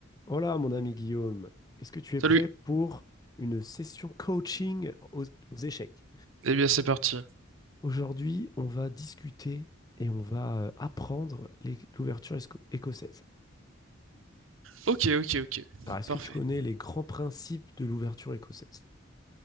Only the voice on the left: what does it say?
Hola mon ami Guillaume, est-ce que tu es
prêt pour une session coaching aux, aux échecs?
Aujourd'hui, on va discuter et on va euh, apprendre les- l'ouverture esco- écossaise.
Alors, est-ce
que tu connais les grands principes de l'ouverture écossaise?